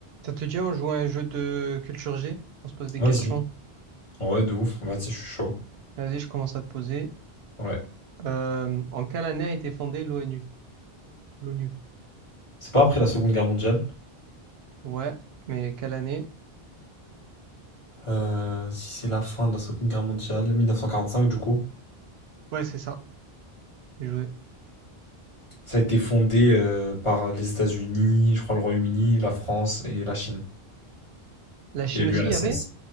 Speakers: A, on the right (about 75°); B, on the left (about 30°).
A: Ça te dit, on joue à un jeu de culture G? On se pose des
B: Vas-y.
A: questions.
B: Ouais, de ouf. Vas-y, je suis chaud.
A: Vas-y, je commence à te poser.
B: Ouais.
A: Euh, en quelle année a été fondée l'ONU? L'ONU.
B: C'est pas après la Seconde Guerre mondiale.
A: Ouais, mais quelle année?
B: Euh, si c'est la fin de la Seconde Guerre mondiale, 1945 du coup.
A: Ouais, c'est ça. J'ai joué.
B: Ça a été fondé euh, par euh, les États-Unis, je crois le Royaume-Uni, la France et la Chine.
A: La Chine
B: Et l'URSS.
A: aussi, il y avait?